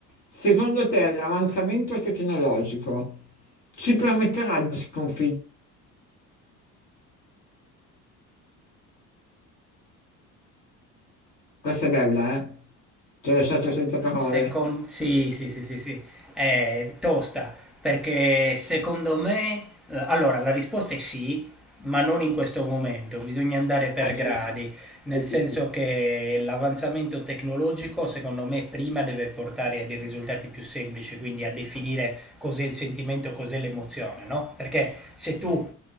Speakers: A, on the left; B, in the centre.
A: Secondo te l'avanzamento tecnologico ci permetterà di sconfiggere? Questa è bella, eh? Ti ho lasciato senza parole.
B: Secon- sì, sì, sì, sì, sì, è tosta, perché secondo me, eh, allora la risposta è sì, ma non in questo momento, bisogna andare per
A: Eh, certo.
B: gradi, nel
A: Sì, sì,
B: senso
A: sì.
B: che l'avanzamento tecnologico secondo me prima deve portare a dei risultati più semplici, quindi a definire cos'è il sentimento, cos'è l'emozione, no? Perché se tu